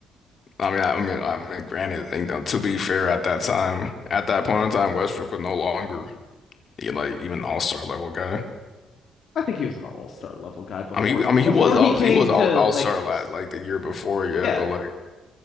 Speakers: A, on the left; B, on the left.
A: I mean, I, I mean, I mean, granted, you know, to be fair, at that time, at that point in time, Westbrook was no longer he, like even all-star level guy.
B: I think he was an all-star level guy before
A: I mean, he- I mean,
B: before
A: he was
B: he
A: all
B: came
A: he was all
B: to
A: all-star
B: Lakers.
A: la like the year before, yeah,
B: Yeah,
A: but like